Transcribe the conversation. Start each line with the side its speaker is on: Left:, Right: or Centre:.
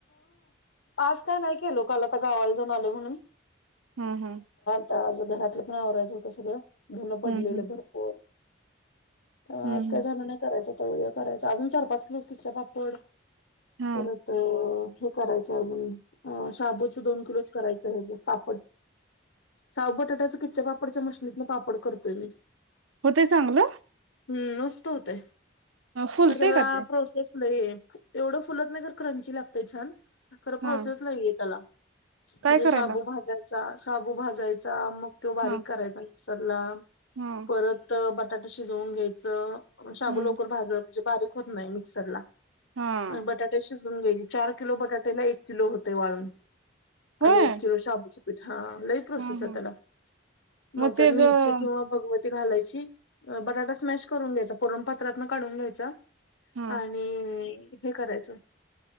Left: आज काय नाही के लोकला भराव त नाले होणे.
Right: हम्म हम्म
Left: आज घरातलं पण आवरायचं होत सगळं दधुन पडलेलं
Right: हम्म हम्म
Left: भरपूर असज
Right: हम्म हम्म
Left: काय झालं नाही करायचं. उद्या करायचा अजून चार पाच किलोस किचरा पापड
Right: हा
Left: परत हे करायचं अजून शाबूचं दोन किलोच करायच. पापड साव बटाट्याच किच्च्या पापडच्या मशनीतलं पापड करतोय मी
Right: होतय चांगलं.
Left: हम् नसत होताय.
Right: फुलतय
Left: खर तर
Right: का ते
Left: प्रोसेस एवढं फुलत नाही तर क्रंची लागते छान. खरं
Right: हा
Left: प्रोसेस लई आहे त्याला.
Right: काय
Left: म्हणजे
Right: करायला
Left: शाबु भाजायचा साबू भाजायचा मग <inaudible> तो बारीक
Right: हा
Left: करायचा मिक्सरला
Right: हा
Left: परत बट तात शिजवून घ्यायचं. शाबू
Right: हम्म
Left: लवकर भा <inaudible> म्हणजे बारीक होत नाइ मिक्सर ला.
Right: हा
Left: आणि बटाटे शिज घ्यायची चार किलो बटाटेला एक किलो होतय वाळून.
Right: होय
Left: आणि एक किलो शाबूच्या. हा लई प्रोसेसय
Right: हा हा
Left: त्याला मग त्या
Right: तेज
Left: मिरची
Right: हा
Left: किंवा भगव <inaudible> ती घालायची. थोडा बटाटा स्मॅश करून घ्यायचा. पुरण पात्रातन काढून घ्यायच.
Right: हा
Left: आणि <inaudible> हे करायचं